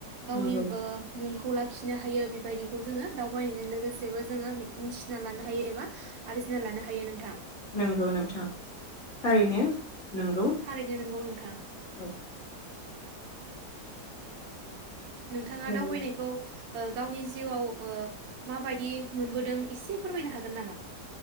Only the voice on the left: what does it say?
नंगौ
नंगौ नोंथां थारैनो नंगौ।
<inaudible>
नंगौ